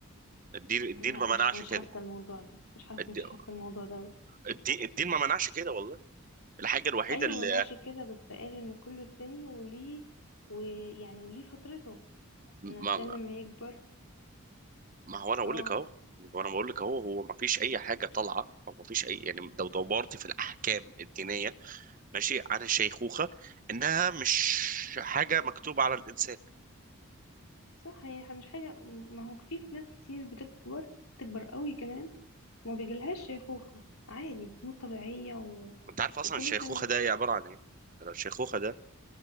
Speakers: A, on the right (about 35°); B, on the left (about 85°).
A: الدين الدين
B: لا
A: ما
B: مش
A: منعش
B: مش
A: كده
B: حاسة الموضوع ده مش حاسة
A: الدين
B: مش حاسة الموضوع ده أوي.
A: الدين الدين ما منعش كده والله الحاجه الوحيده
B: ايوه
A: اللي
B: ما نوعش كده بس قال ان كل سن وليه ويعني وليه فترته
A: ما,
B: ان الانسان لما يكبر
A: ما هو انا اقول
B: اه
A: لك اهو وانا بقول لك اهو هو ما فيش اي حاجه طالعه او ما فيش اي يعني لو دورت في الاحكام الدينيه ماشي عن الشيخوخه انها مش حاجه مكتوبه على الانسان
B: صح هي مش حاجة ما هو في ناس كتير بتكبر بتكبر قوي كمان وما بيجيلهاش شيخوخة عادي بتموت طبيعية و...
A: انت عارف اصلا
B: وكله
A: الشيخوخه
B: تمام
A: ده عباره عن ايه الشيخوخه ده